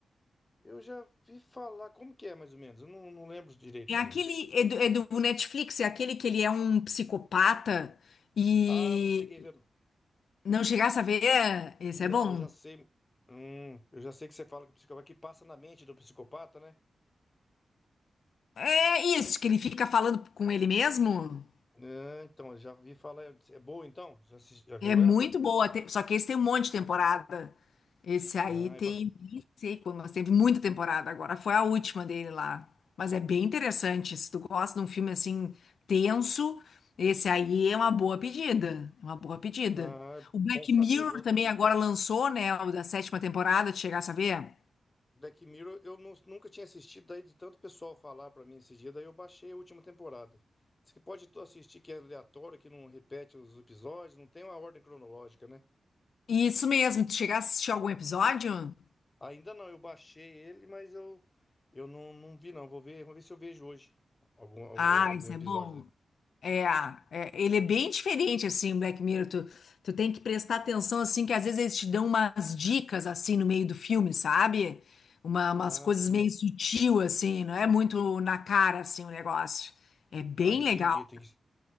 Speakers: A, on the left (about 20°); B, on the left (about 75°).
A: Eu já vi falar, como que é mais ou menos? Eu não, não lembro direitozinho.
B: É aquele, é do, é do Netflix, é aquele que ele é um psicopata e
A: Ah, não cheguei a ver. Não,
B: não chegasse a ver? Esse
A: Não,
B: é bom.
A: eu já sei. Hum, eu já sei que você fala que o psicopata que passa na mente do psicopata, né?
B: É isso, que ele fica falando com ele mesmo?
A: Ah, então, eu já vi falar. É boa então? Já, assis- já viu
B: É muito
A: ela?
B: boa, tem- só que esse tem um monte de temporada. Esse aí
A: Ah,
B: tem,
A: é ba-
B: nem sei quando, mas teve muita temporada agora. Foi a última dele lá. Mas é bem interessante. Se tu gosta de um filme assim tenso, esse aí é uma boa pedida. É uma boa pedida.
A: ah, é
B: O Black
A: bom saber.
B: Mirror
A: Eu vou,
B: também agora lançou, né? O da sétima temporada, tu chegasse a ver?
A: Black Mirror eu nu- nunca tinha assistido, daí de tanto pessoal falar pra mim esse dia, daí eu baixei a última temporada. Diz que pode tu assistir que é aleatório, que não repete os episódios, não tem uma ordem cronológica, né?
B: Isso mesmo, tu chegasse a assistir algum episódio?
A: Ainda não, eu baixei ele, mas eu, eu não, não vi não. Vou ver, vou ver se eu vejo hoje algum, algum
B: Ah,
A: algum
B: isso
A: episódio
B: é bom.
A: dele.
B: É, é, ele é bem diferente, assim, o Black Mirror. Tu, tu tem que prestar atenção, assim, que às vezes eles te dão umas dicas, assim, no meio do filme, sabe? Uma- umas
A: Ah,
B: coisas
A: sim.
B: meio sutil, assim, não é muito na cara, assim, o negócio. É bem
A: Ah, entendi.
B: legal.
A: Tem que...